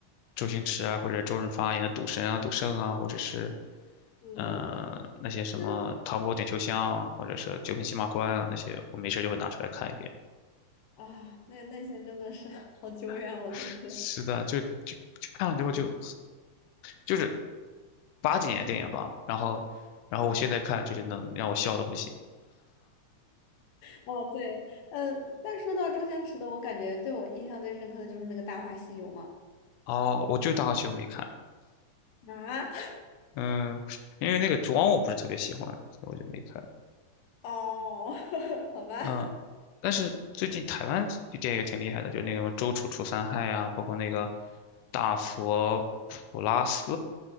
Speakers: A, on the left (about 80°); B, on the left (about 70°).
A: 周星驰啊，或者周润发演的《赌神》啊、《赌圣》啊，或者是
B: 嗯。
A: 呃那些什么《唐伯虎点秋香》啊或者是《九品芝麻官》啊那些，
B: <laughs> 真
A: 我没事就会拿出来看一遍。
B: 啊，那那些真的是 <laughs> 好久远，
A: <laughs>
B: 我感觉。
A: 是的，就就就看了之后就就是八几年的电影吧。然后，然后我现在看就是能让我笑的不行。
B: 嗯，哦对，呃，但说到周星驰的，我感觉对我印象最深刻的就是那个《大话西游》嘛。
A: 哦，我就《大话西游》没看，
B: 啊，
A: 嗯，因为那个妆我不是特别喜欢，所以我就没看。
B: <laughs> 哦，<laughs> 好吧，
A: 嗯，但是最近台湾的电影挺厉害的，就是那个什么周楚除三害啊，包括那个大佛普拉斯，